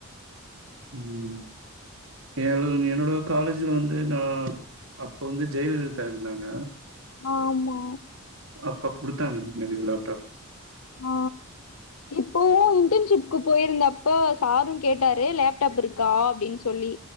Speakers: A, on the right; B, on the left.
A: ம் என் என்னோட காலேஜ்ல வந்து நா அப்ப வந்து ஜெயலலிதா இருந்தாங்க
B: ஆமா
A: அப்ப கொடுத்தாங்க எனக்கு லேப்டாப்
B: ஆ இப்பவு இன்டன்ஷிப் க்கு போயிருந்தப்ப சாரு கேட்டாரு லேப் பட்டப்புருக்கா அப்டின்னு சொல்லி